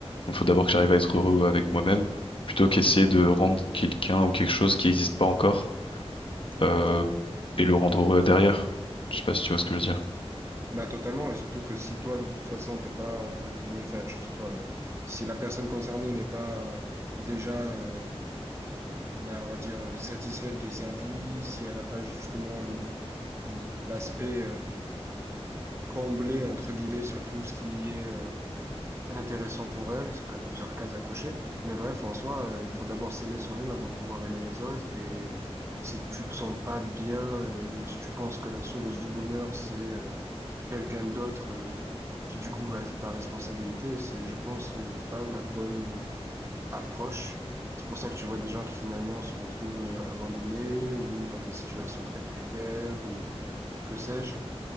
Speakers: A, on the left; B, on the right.
A: Donc faut d'abord que j'arrive à être heureux avec moi-même, plutôt qu'essayer de rendre quelqu'un ou quelque chose qui n'existe pas encore euh, et le rendre heureux derrière. Je sais pas si tu vois ce que je veux dire.
B: Bah, totalement. Et surtout que si toi, de toute façon, t'es pas, entre guillemets, enfin, je dis toi, mais si la personne concernée n'est pas euh, déjà, euh, bah, on va dire, euh, satisfaite de sa vie, si elle n'a pas justement le, l'aspect euh, combler, entre guillemets, sur tout ce qui est euh, intéressant pour elle. Ça peut être plusieurs cases à cocher. Mais bref, en soi, euh, il faut d'abord s'aimer soi-même avant de pouvoir aimer les autres. Et si tu te sens pas bien, euh, si tu penses que la source du bonheur, c'est euh, quelqu'un d'autre euh, qui, du coup, va être ta responsabilité, c'est, je pense, euh, pas la bonne euh, approche. C'est pour ça que tu vois des gens qui finalement se retrouvent euh, abandonnés ou dans des situations très précaires ou que sais-je